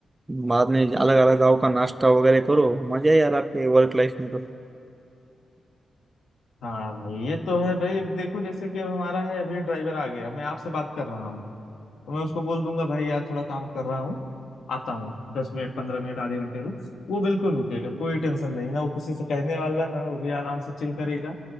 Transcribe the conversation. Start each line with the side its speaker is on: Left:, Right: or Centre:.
Right: बाद में अलग अलग गाँव का नाश्ता वगैरह करो मजा है यार आपके वर्क लाइफ में तो
Left: हाँ भाई ये तो है भाई अब देखो जैसे कि अब हमारा है अभी ड्राइवर आ गया मैं आपसे बात कर रहा हूँ तो मैं उसको बोल दूंगा भाई यार थोड़ा काम कर रहा हूँ आता हूँ दस मिनट पंद्रह मिनट आधे घंटे रुक वो बिल्कुल रुकेगा कोई टेंशन नहीं ना वो किसी से कहने वाला ना वो भी आराम से चिल करेगा